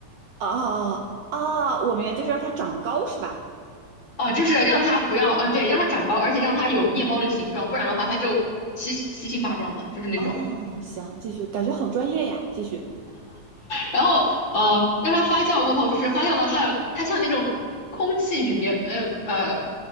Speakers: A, on the right; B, on the left.
A: 哦哦，我明白，就是让它长高是吧？
B: 哦，就是让它不要，呃，对，让它长高，而且让它有面包的形状，不然的话它就七七形八状的，就是那种。
A: 哦，行，继续，感觉好专业呀，继续。
B: 然后，呃，让它发酵过后，就是发酵到它它像那种空气里面，呃呃，